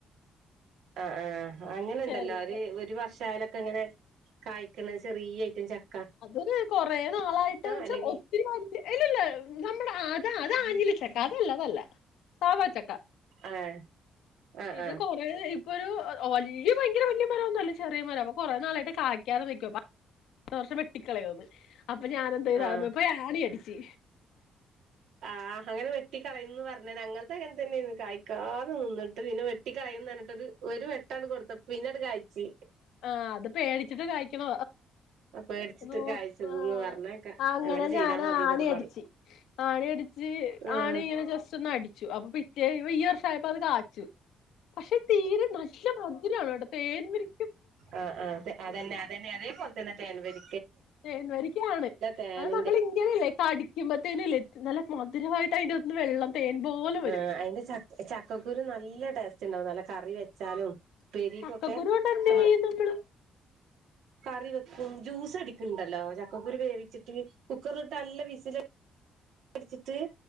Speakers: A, on the right (about 80°); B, on the left (about 85°).
A: ആ് ആഹ അങ്ങനെുണ്ടല്ലോ
B: ചെറുത്
A: ഒരു ഒരു വർഷ ആാലൊക്കെ ഇങ്ങനെ ആഴ ചെറിയട്ട ച
B: അത് കൊറെ നാളായിട്ട് വെച്ചാ
A: അല്ലെങ്കി
B: ഒത്തിരിമാ ഇല്ലല്ല നമ്മുടെ അതാ അത ആഞ്ഞ്ഞില ചക്ക അതല്ല അതല്ല സാവാ ചക്ക
A: ആ ആ
B: ഇത്
A: ആ
B: കൊറേ ഇപ്പൊ ഒരു വലിയ ഭയങ്കര വലിയ മരംൊന്നുമല്ല ചെറിയ മര അപ്പൊ കുറെ നാളായിട്ട് തെ നിക്കുവാ വർഷം വെട്ടിക്കളയോന്ന് അപ്പൊ ഞാാന എന്ത
A: ആഹ്
B: അപ്പൊ ആണി അടിച്ചു
A: ആ അങ്ങനെ വെട്ടിക്കളയന്ന് പറഞ്ഞ ഞൾ തന്നെന്ന് കായ്ക്കാതെ നിന്നിട്ട് പിന്നെ വെട്ട കളയുന്നഞ്ഞിട്ട് ഒരു വെട്ടണ്ട് കൊടുത്ത പിന്നട് കയിച്
B: ആ അത് പേടിച്ചിട്ട് കായ്ക്കണ
A: പേടിച്ചിട്ട്
B: ോ
A: കായ്ച്ചതന്ന്
B: ആ
A: പറഞ്ഞേക്കാം
B: അങ്ങനെ
A: ചെയ്താ
B: ഞാൻ
A: മതിന്നൊക്കെ
B: ആണടിിച്ചു
A: പറഞ്ഞു
B: ആണടിിച്ച
A: ആഹ്
B: ആണ് ഇങ്ങനെ ജസ്റ്റ് ഒന്ന് അടിച്ചു അപ്പൊ പിറ്റേ ഈ വർഷയപ്പോ അത് കാച്ചു പക്ഷെ തീരെ നല്ല മജജരാണോ കേട്ട തേൻവരി
A: ആ് ആ അതന്നെ അതന്നെ അതേപോലെ തന്നെ തേൻവരിക
B: തേൻവരിക ആണ്
A: തേനിന്റെ
B: അത് നമ്മൾ ഇങ്ങനെയല്ലേ കടിക്കുമ്പ എ നല്ല മധുരമായിട്ട് അതി്റെ ഒന്ന് വെള്ളം തേൻ പോലെ വരും
A: ആ അതിന്റെ ച ചക്കക്കുരു നല്ല ടേസ്റ്റ് ഉണ്ടാവും നല്ല കറി വെച്ചാലും പെരക്കൊക്കെ
B: ചക്കക്കുരു കൊണ്ട് എന്ത്
A: നമ്മൾ
B: ചെയ്യും നമ്മള്
A: കറി വെക്കും ജ്യൂസ് അടിക്കുംണ്ടല്ലോ ചക്കക്കുരി വേവിച്ചിട്ട് കുക്കറിലോട്ട് നല്ല വിസിൽ ഉ ടിച്ചിട്ട്